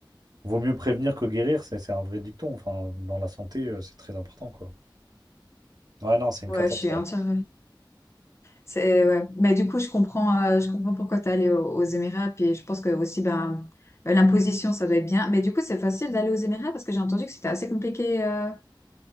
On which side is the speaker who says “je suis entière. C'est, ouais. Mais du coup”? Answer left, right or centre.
Left